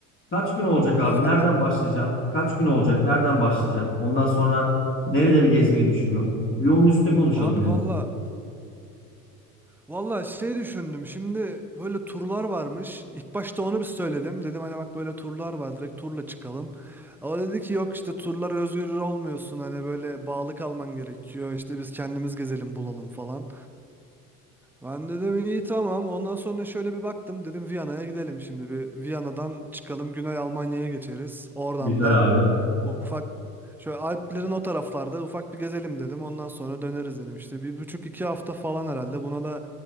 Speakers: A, on the left; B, in the centre.
A: Kaç gün olacak abi?
B: Efendim?
A: Nereden başlayacaksın? Kaç gün olacak? Nereden başlayacaksın? Ondan sonra nereleri gezmeyi düşünüyorsun? Bir onun üstüne konuşalım
B: Abi
A: ya.
B: valla valla şey düşündüm. Şimdi böyle turlar varmış. İlk başta onu bir söyledim. Dedim hani bak böyle turlar var. Direkt turla çıkalım. O dedi ki yok işte turlar özgür olmuyorsun. Hani böyle bağlı kalman gerekiyor. İşte biz kendimiz gezelim bulalım falan. Ben dedim iyi tamam. Ondan sonra şöyle bir baktım. Dedim Viyana'ya gidelim şimdi. Bir Viyana'dan çıkalım Güney Almanya'ya geçeriz. Oradan
A: Güzel
B: da
A: abi.
B: ufak şöyle Alplerin o taraflarda ufak bir gezelim dedim. Ondan sonra döneriz dedim. İşte bir buçuk iki hafta falan herhalde. Buna da